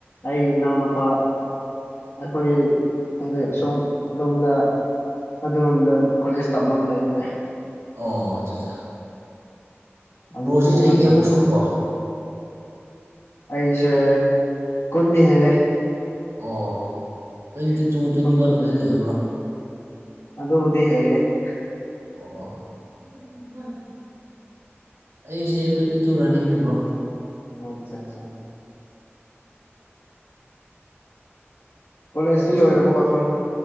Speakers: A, on the left; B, on the right.
A: ꯑꯩ ꯏꯅꯥꯎꯅꯨꯄꯥ ꯑꯩꯈꯣꯏ ꯍꯥꯏꯗꯤ ꯁꯣꯝ ꯑꯗꯣꯝꯗ ꯑꯣꯝꯗ ꯀꯣꯂꯦꯖ ꯇꯝꯃꯒ ꯂꯩꯔꯨꯅꯦ
B: ꯑꯣ ꯑꯠꯆꯥ ꯑꯠ
A: ꯑꯗꯨꯒ
B: ꯕ꯭ꯔꯣꯁꯤ ꯆꯍꯤ ꯀꯌꯥꯃꯨꯛ ꯁꯨꯨꯔꯨꯕꯣ
A: ꯑꯩꯁꯦ ꯀꯟꯗꯤꯍꯦꯂꯦ
B: ꯑꯣ ꯇ꯭ꯋꯦꯟꯇꯤ ꯇꯨ ꯇ꯭ꯋꯦꯟꯇꯤ
A: ꯁꯨꯝ
B: ꯋꯥꯟ ꯑꯗꯨꯋꯥꯏꯗ ꯑꯣꯏꯕ꯭ꯔꯣ
A: ꯑꯗꯣꯕꯨꯗꯤ ꯍꯦꯟꯂꯦ
B: ꯑꯣ ꯑꯣ ꯑꯩꯁꯦ ꯇ꯭ꯋꯦꯟꯇꯤ ꯇꯨ ꯔꯥꯅꯤꯡꯅꯦꯕ꯭ꯔꯣ
A: ꯃꯆꯥꯠꯆꯥ ꯀꯣꯂꯦꯖꯇꯤ
B: ꯑꯩꯈꯣꯏꯁꯨ
A: ꯂꯣꯏꯔꯕꯣ ꯁꯨꯝ